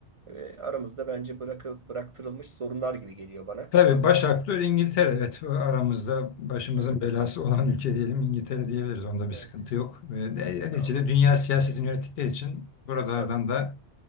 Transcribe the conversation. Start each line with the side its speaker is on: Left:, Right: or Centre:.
Right: e, aramızda bence bırakı, bıraktırılmış sorunlar gibi geliyor bana.
Left: Tabii
Right: Adı
Left: baş
Right: tam.
Left: aktör İngiltere. Evet aramızda başımızın
Right: Evet,
Left: belası olan ülke diyelim İngiltere diyebiliriz. Onda bir sıkıntı
Right: evet.
Left: yok. Ve ne- Neticede
Right: Ya, o-
Left: dünya siyasetini yönettikleri için buralardan
Right: tabii,
Left: da